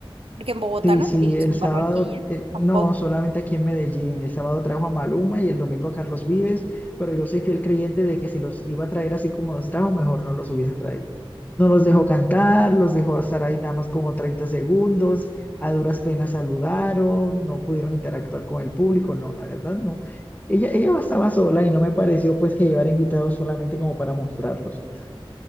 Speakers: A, on the right; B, on the left.
A: porque en Bogotá
B: Sí,
A: no
B: sí,
A: lo hizo,
B: el
A: en
B: sábado,
A: Barranquilla
B: eh, no,
A: tampoco.
B: solamente aquí en Medellín. El sábado trajo a Maluma y el domingo a Carlos Vives, pero yo soy fiel creyente de que si los iba a traer así como los trajo, mejor no los hubiese traído. No los dejó cantar, los dejó estar ahí nada más como 30 segundos, a duras penas saludaron, no pudieron interactuar con el público, no, la verdad no. Ella, ella estaba sola y no me pareció pues que llevar invitados solamente como para mostrarlos y ya.